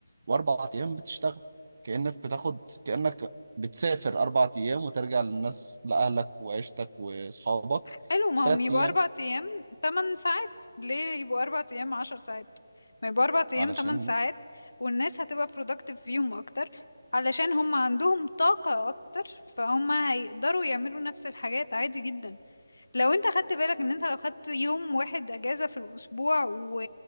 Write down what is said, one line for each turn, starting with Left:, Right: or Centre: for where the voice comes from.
Right: واربع ايام بتشتغل كأنك بتاخد كأنك بتسافر اربع ايام وترجع للناس لأهلك وعيشتك واصحابك
Left: <laughs> حلو ما
Right: في ثلاث
Left: هم يبقوا
Right: ايام
Left: اربع ايام تمن ساعات ليه يبقوا اربع ايام عشر ساعات ما يبقوا اربع ايام
Right: علشان
Left: تمن ساعات والناس هتبقى productive فيهم اكتر علشان هم عندهم طاقة اكتر فهم هيقدروا يعملوا نفس الحاجات عادي جدا لو انت خدت بالك ان انت لو خدت يوم واحد اجازة في الاسبوع و...